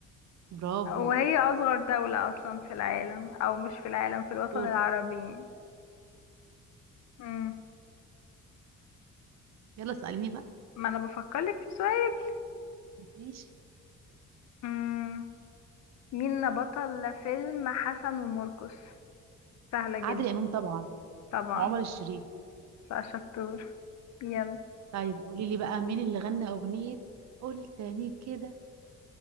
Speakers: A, on the right (about 65°); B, on the left (about 65°).
A: برافو
B: وهي أصغر دولة أصلا في العالم أو مش في العالم في الوطن
A: دورة
B: العربي يعني. مم.
A: يلا اسأليني بقى
B: ما أنا بفكرلك في سؤال
A: ماشي
B: مم. مين بطل فيلم حسن ومرقص سهلة جدا
A: عادل امام طبعا
B: طبعا
A: وعمر الشريف
B: بقى شطور يلا
A: طيب قولي لي بقى مين اللي غنى اغنية قول تاني كده